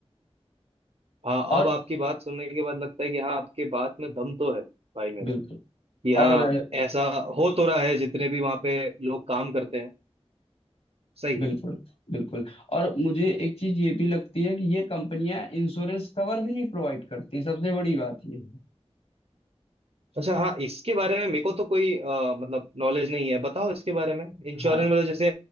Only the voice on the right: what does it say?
हाँ
अब आपकी बात सुनने के बाद लगता है कि हाँ आपके बात में दम तो है भाई मेरे
कि हाँ
ऐसा हो तो रहा है जितने भी वहाँ पे लोग काम करते हैं सही
है
अच्छा हाँ इसके बारे में मेरे को तो कोई अ, मतलब नॉलेज नहीं है बताओ इसके बारे में इंश्योरेंस
मतलब जैसे